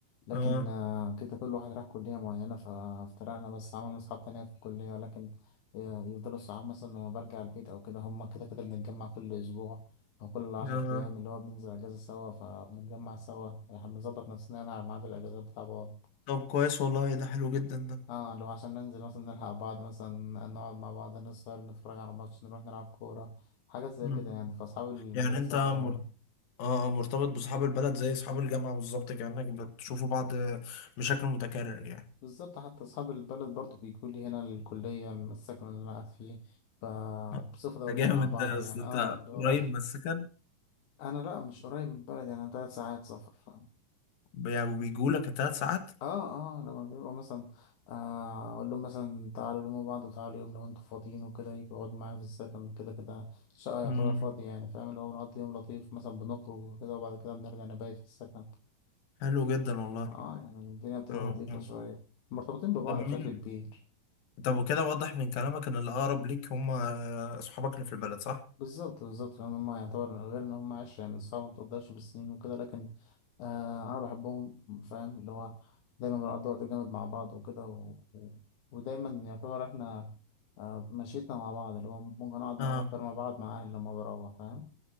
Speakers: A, on the left; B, on the left.
A: لكن
B: اه
A: آه، كده كل واحد راح كليه معينه فافترقنا بس عملنا اصحاب تانية في الكليه ولكن آه، يفضلوا الصحاب مثلا لما برجع البيت او كده هما كده كده بنتجمع كل اسبوع او كل عشر
B: اه
A: ايام اللي هو بننزل اجازه سوا فبنتجمع سوا احنا بنظبط نفسنا يعني على ميعاد الاجازات بتاع بعض
B: طب كويس والله ده حلو جدا ده
A: اه لو عشان ننزل مثلا نلحق بعض مثلا نقعد مع بعض نسهر نتفرج على ماتش نروح نلعب كوره حاجات زي
B: مم.
A: كده يعني فأصحاب المدرسة
B: يعني انت مر...
A: هم
B: اه آه، مرتبط بصحاب البلد زي اصحاب الجامعة بالظبط كأنك بتشوفوا بعض بشكل متكرر يعني
A: بالظبط حتى أصحاب البلد برضو بيجوا لي هنا الكلية السكن اللي أنا قاعد فيه فبصفة
B: آه.
A: دورية
B: ده جامد
A: مع بعض
B: ده
A: يعني
B: اصل انت
A: اه اللي هو
B: قريب من السكن
A: <laughs> أنا لأ مش قريب من البلد يعني تلات ساعات سفر ف
B: يعني وبيجوا لك الثلاث ساعات
A: اه اه لما بيبقوا مثلا آه أقول لهم مثلا تعالوا يوم بعض وتعالوا يوم لو أنتوا فاضيين وكده يجوا يقعدوا معايا في السكن كده كده الشقة يعتبر
B: مم.
A: فاضية يعني فاهم اللي هو بنقضي يوم لطيف مثلا بنخرج وكده وبعد كده بنرجع نبيت في السكن
B: حلو جدا والله
A: اه يعني الدنيا بتبقى
B: مم.
A: لطيفة
B: مم.
A: شوية مرتبطين ببعض
B: طب
A: بشكل
B: مين
A: كبير
B: طب وكده واضح من كلامك ان الاقرب ليك هم آه، اصحابك اللي في البلد صح؟
A: بالظبط بالظبط لان هم يعتبر غير ان هم عشرة يعني صعب ما تقدرش بالسنين وكده لكن آه انا بحبهم فاهم اللي هو دايما بنقضي وقت جامد مع بعض وكده و... و- ودايما يعتبر احنا آه مشيتنا مع بعض اللي هو ممكن اقعد معاهم
B: اه
A: اكتر ما بقعد مع اهلي لما بروح فاهم